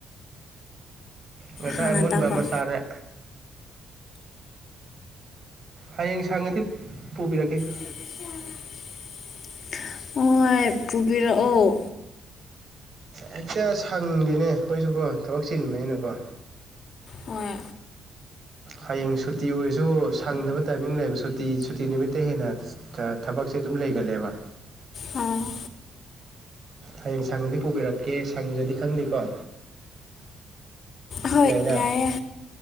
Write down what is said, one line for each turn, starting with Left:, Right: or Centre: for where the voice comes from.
Right: ꯉꯁꯥꯏ
Left: ꯍꯥꯟꯅ
Right: ꯑꯃꯨꯟꯕ
Left: ꯇꯥꯐꯝ
Right: ꯑꯃ ꯆꯥꯔꯦ ꯍꯌꯦꯡ ꯁꯥꯡꯉꯗꯤ ꯄꯨꯕꯤꯔꯛꯀꯦꯁ‌ꯦ
Left: <unintelligible> ꯍ‌ꯣꯏ ꯄꯨꯨꯕꯤꯔꯛꯑꯣ
Right: ꯍꯦꯛꯇ ꯁꯪꯗꯦꯅꯦ ꯑꯩꯈꯣꯏꯁꯨꯀꯣ ꯊꯕꯛ ꯆꯤꯟꯕꯅꯤꯅꯀꯣ
Left: ꯍꯣꯏ
Right: ꯍꯌꯦꯡꯁꯨ ꯁꯨꯇꯤ ꯑꯣꯏꯔꯁꯨ ꯁꯪꯗꯕ ꯇꯥꯏꯃꯤꯡ ꯂꯩꯕ ꯁꯨꯇꯤ ꯁꯨꯇꯤ ꯅꯨꯃꯤꯠꯇ ꯍꯦꯟꯅ ꯊꯕꯛꯁꯦ ꯑꯗꯨꯝ ꯂꯩꯒꯜꯂꯦꯕ
Left: ꯑꯥ
Right: ꯍꯌꯦꯡ ꯁꯪꯉꯗꯤ ꯄꯨꯕꯤꯔꯛꯀꯦ ꯁꯪꯗ꯭ꯔꯗꯤ ꯈꯪꯗꯦꯀꯣ
Left: ꯍꯣꯏ
Right: ꯌꯥꯏꯅ
Left: ꯌꯥꯏꯑꯦ